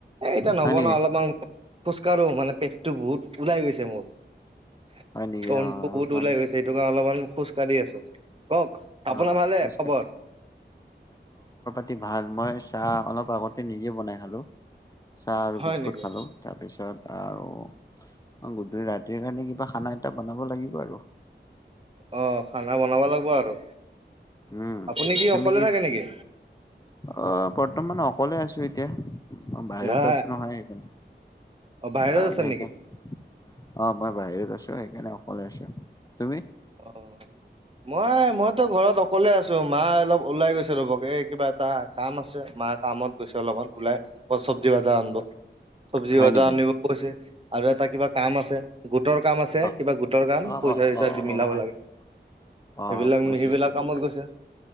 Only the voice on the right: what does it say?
এ, এতিয়া নবনাও
অলপমান খোজকাঢ়ো মানে পেটটো বহুত ওলাই গৈছে মোৰ। <unintelligible>
বহুত
ওলাই গৈছে সেইটো কাৰণে অলপমান খোজ কঢ়ি আছোঁ। কওক? আপোনাৰ
ভালনে
খবৰ?
হয়
নেকি?
অ খানা বনাব লাগিব আৰু।
আপুনি কি
অকলে থাকে নেকি?
নাই
অ বাহিৰত
আছা নেকি?
অ। মই মইতো ঘৰত অকলে আছো, মা অলপ ওলাই গৈছে ৰ'ব এই কিবা এটা কাম আছে মা কামত গৈছে অলপমান ওলাই চব্জি বজাৰ আনিব। চব্জি
বজাৰ
আনিব গৈছে আৰু এটা কিবা কাম আছে। গোটৰ কাম আছে
কিবা গোটৰ কাম,
পইচা-চইচা
মিলাব
লাগে
সেইবিলাক
সেইবিলাক
কামত গৈছে,